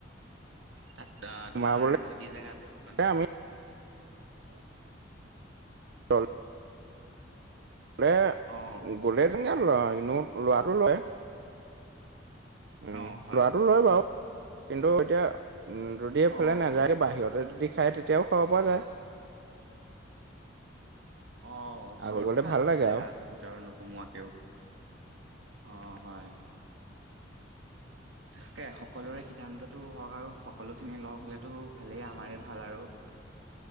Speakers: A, on the right; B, on the right.
A: তাত আহ
B: সোমাবলে
A: তোমাৰ নদী জেগা যে সেইখন
B: আমি অল মানে
A: অ
B: গলে তেনেকে এনে লোৱাটো লয়। উম,
A: অ হয়
B: লোৱাটো লয় বাও কিন্তু এতিয়া, উম যদি এইফালে
A: অ
B: নাযায়ে বাহিৰতে যদি খাই তেতিয়াও খাব পৰা যায়।
A: অঁ-, ওচৰটো
B: আগলে গ'লে
A: ভাল ভাল
B: লাগে
A: জেগা
B: আৰু
A: আছে ভিতৰত নোসোমোৱাকেওঁ। অ হ'য়। তাকে, সকলোৰে সিদ্ধান্তটো হওঁক আৰু সকলোখিনি লগ হ'লেটো ভালেই, আমাৰে ভাল আৰু।